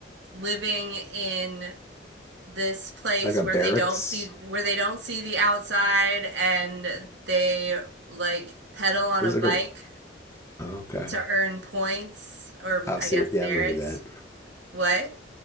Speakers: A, on the right (about 85°); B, on the left (about 15°).
A: living in this place
B: Like a
A: where
B: barracks.
A: they don't see where they don't see the outside and they like pedal on
B: There's
A: a bike
B: like a. oh, okay.
A: to earn points or
B: I've
A: I
B: seen
A: guess
B: it. Yeah,
A: merits.
B: I remember that.
A: What?